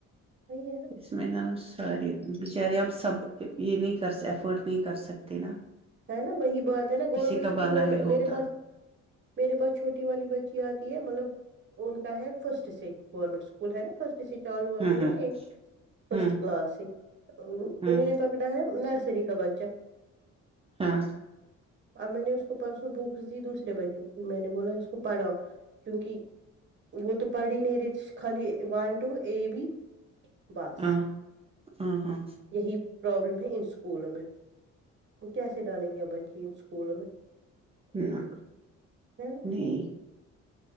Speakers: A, on the right; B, on the right.
A: ہے نا
B: اس میں نا ساری بچارے اب سب یہ نہیں کر افورڈ نہیں کر سکتے نا
A: ہے نا وہی بات ہے نا گورنمنٹ
B: کسی کا
A: اسکول
B: بالا ہی
A: میں
B: ہوتا
A: میرے پا میرے پاس چھوٹی والی بچ اچ آتی ہے مطلب ان کا ہے فرسٹ سے گورنمنٹ اسکول ہے نا فرسٹ چالو آتے
B: ہوں
A: ہیں
B: ہوں
A: نا یہ
B: ہوں
A: فسٹ کلاس سے انوں
B: ہوں
A: نے پکڑا ہے نرس سری کباچا
B: ہاں
A: اور میں نے اس کو پرسنوں بکس دی دوسرے بچوں کی میں نے بولا اس کو پڑھو کیونکہ وہ تو پڑھ ہی نہیں رہی خالی ون ٹو اے بی باس
B: ہاں ہاں ہاں
A: یہی پرابلم ہے ان سکولول میں کیسے ڈالیں گے ا بچے ان اسکولوں میں
B: نہ
A: ہے نا
B: نہیں